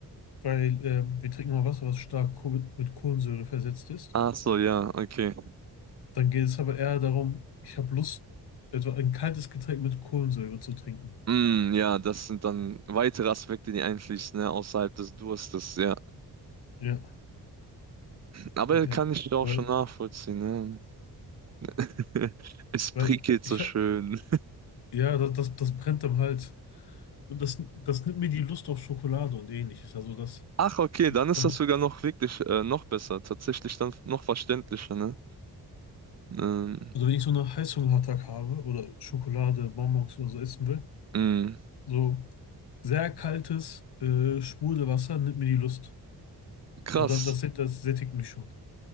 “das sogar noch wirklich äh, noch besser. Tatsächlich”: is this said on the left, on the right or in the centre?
Right